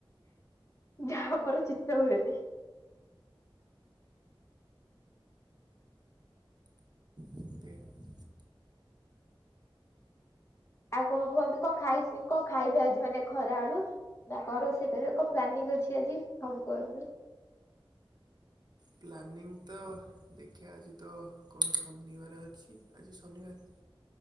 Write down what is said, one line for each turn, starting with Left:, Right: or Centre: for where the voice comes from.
Left: ଯାହା ମୋର ଚିତ୍ର ହୁଏନି।
Right: <inaudible>
Left: ଆଉ କଣ କୁହନ୍ତୁ କଣ ଖାଇ କଣ ଖାଇବେ ଆଜି ମାନେ ଖରା ଆଳୁ? ନା କଣ ରୋଷେଇ କରିବ କଣ ପ୍ଲାନିଂ ଅଛି ଆଜି ସବୁ କୁହନ୍ତୁ।
Right: ପ୍ଲାନିଂ ତ ଦେଖିବା ଆଜି ତ କଣ ଶନିବାର ଅଛି ଆଜି ଶନିବାର। <inaudible>